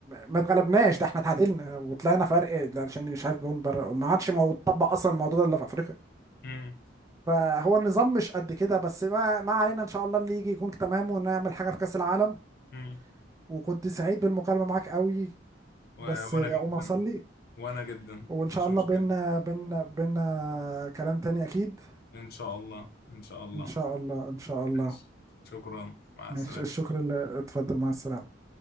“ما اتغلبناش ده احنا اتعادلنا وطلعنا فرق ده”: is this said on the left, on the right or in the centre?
Right